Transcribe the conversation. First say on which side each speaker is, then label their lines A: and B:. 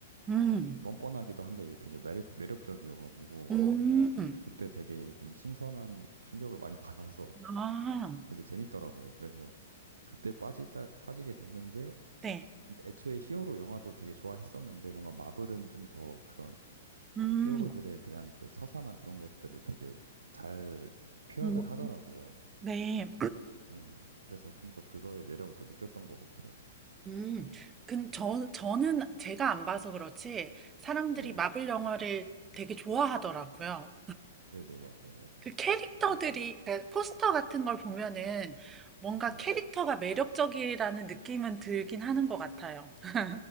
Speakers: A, on the right; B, on the right.
A: 음,
B: 좀 뻔뻔하기도 한데 이제 되게 매력, 매력적이어가지고
A: 음,
B: 그, 그때 되게 좀 신선한 충격을 많이 <laughs> 받아서
A: 아,
B: 되게 재밌더라고요. 그래서 그때 빠지다, 빠지게 됐는데
A: 네.
B: 그러니까 애초에 히어로 영화도 되게 좋아했었는데 뭔가 마블은 좀 더 그런
A: 음,
B: 히어로들에 대한 그 서사나 그런 것들을 되게 잘 표현을
A: 음,
B: 하더라고요.
A: 네.
B: 예, 그래서 좀 더 그거의 매력을 더 느꼈던 것 같아요.
A: 음. 근 저 저는 제가 안 봐서 그렇지 사람들이
B: 네,
A: 마블 영화를 되게 좋아하더라고요.
B: 네네, 맞아요, 맞아요.
A: 그 캐릭터들이
B: 그래서-
A: 그러니까 포스터 같은 걸 보면은 뭔가
B: 네.
A: 캐릭터가 매력적이라는 느낌은 들긴 하는 것 같아요. <laughs>